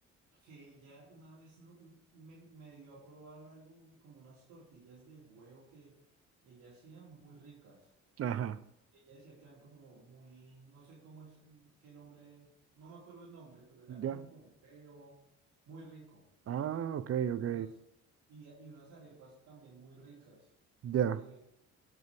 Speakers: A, on the right (about 85°); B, on the right (about 50°).
A: que ella una vez no- me, me dio a probar algo, un- como unas tortillas de huevo que ella hacía muy ricas.
B: Ajá.
A: Ella decía que eran como muy, no sé cómo es, qué nombre, no me acuerdo el nombre, pero era
B: ¿Ya?
A: como con huevo, muy rico.
B: Ah, ok,
A: Y
B: ok.
A: unas, y, y unas arepas también muy ricas,
B: Ya,
A: eh,